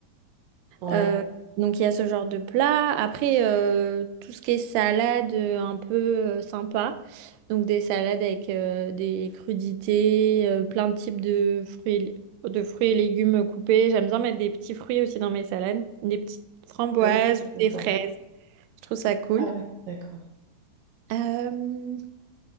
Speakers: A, on the right (about 70°); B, on the right (about 85°).
A: Ouais.
B: Euh, donc il y a ce genre de plat. Après, euh, tout ce qui est salade euh, un peu euh, sympa. Donc des salades avec euh, des crudités, euh, plein de types de fruits, de fruits et légumes coupés. J'aime bien mettre des petits fruits aussi dans mes salades, des petites framboises
A: Ah oui,
B: ou
A: d'accord.
B: des fraises. Je trouve ça cool.
A: Ah ouais, d'accord.
B: Euh,